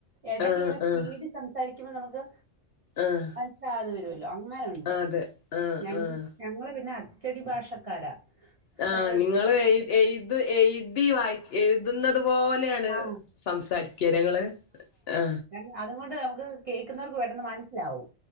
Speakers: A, on the right (about 40°); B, on the left (about 60°).
A: ഇടക്കിങ്ങനെസ്പീഡ്
B: ആഹ് ആഹ്
A: സംസാരിക്കുമ്പ നമുക്ക്
B: ആഹ് ആഹ്
A: മനസ്സിലാകാതെ വരുമല്ലോ അങ്ങനെണ്ട്.
B: അതെ ആഹ്
A: ഞങ്ങ്
B: ആഹ്
A: ഞങ്ങളു പിന്നെ അച്ചടി ഭാഷക്കാരാ
B: ആഹ്
A: നമ്മുടെ
B: നിങ്ങള്
A: ടെക്സ്റ്റിലൊക്കെ
B: എഴുത് എഴുതി വായി എഴുതുന്നതു പോലെയാണ്
A: ആഹ്
B: സംസാരിക്കാലേ ങ്ങള് ആ
A: ഞങ്ങാ അതുകൊണ്ടു നമുക്ക് കേക്കുന്നവർക്കു പെട്ടെന്നു മനസ്സിലാവും